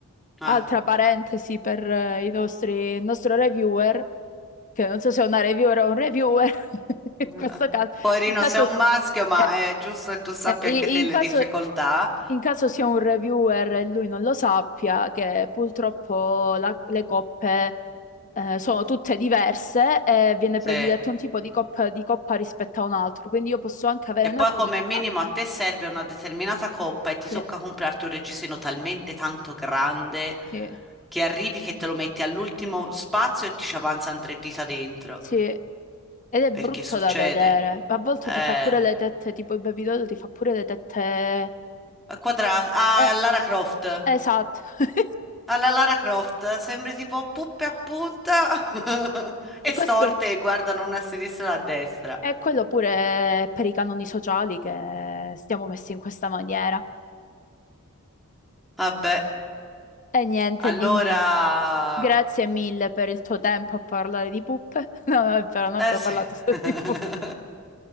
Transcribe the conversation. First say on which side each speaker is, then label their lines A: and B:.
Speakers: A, in the centre; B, on the left.
A: Eh.
B: Altra parentesi per eh, i nostri, il nostro reviewer. che non so se è una reviewer o un reviewer, <laughs> in
A: Eh,
B: questo caso,
A: Poverino,
B: in caso,
A: sei un maschio, ma
B: eh,
A: è giusto che tu sappia
B: eh, i-
A: anche te
B: in
A: le
B: caso-
A: difficoltà.
B: in caso sia un reviewer e lui non lo sappia, che purtroppo la- le coppe eh, sono tutte diverse e viene
A: Sì.
B: prediletto un tipo di coppa, di coppa rispetto a un altro, quindi io posso anche avere
A: Che
B: una
A: poi
B: quinta,
A: come minimo a te serve una determinata coppa e ti
B: sì,
A: tocca comprarti un reggiseno talmente tanto grande
B: sì,
A: che arrivi che te lo metti all'ultimo spazio e ti ci avanzano tre dita dentro.
B: sì, ed è
A: Perché
B: brutto
A: succede?
B: da vedere, a volte
A: Eh,
B: ti fa pure le tette, tipo il Baby Doll ti fa pure le tette...
A: a quadrato. Ah,
B: eh,
A: Lara Croft.
B: Esatto. <laughs>
A: Alla Lara Croft, sembri tipo puppe a punta <laughs> e
B: E questo
A: storte e guardano una a sinistra e una a destra.
B: E quello pure per i canoni sociali che stiamo messi in questa maniera.
A: Vabbè.
B: E niente,
A: Allora,
B: Lindin, grazie mille per il tuo tempo a parlare di puppe. <laughs> No, no, è vero, non abbiamo
A: eh sì.
B: parlato solo
A: <laughs>
B: di puppe.